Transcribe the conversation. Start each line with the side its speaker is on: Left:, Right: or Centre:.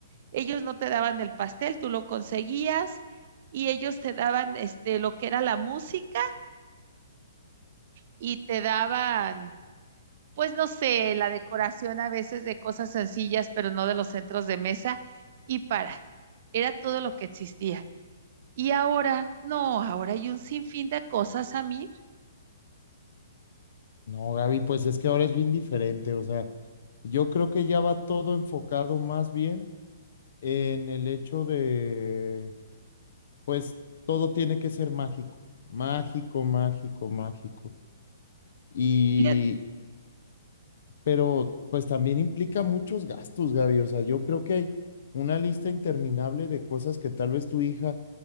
Right: Ellos no te daban el pastel, tú lo conseguías y ellos te daban este lo que era la música y te daban pues no sé, la decoración a veces de cosas sencillas, pero no de los centros de mesa y para. Era todo lo que existía. Y ahora, no, ahora hay un sinfín de cosas, Samir.
Left: No, Gaby, pues es que ahora es bien diferente, o sea, yo creo que ya va todo enfocado más bien en el hecho de, pues todo tiene que ser mágico, mágico, mágico, mágico. Y
Right: Fíjate,
Left: pero pues también implica muchos gastos, Gaby. O sea, yo creo que hay una lista interminable de cosas que tal vez tu hija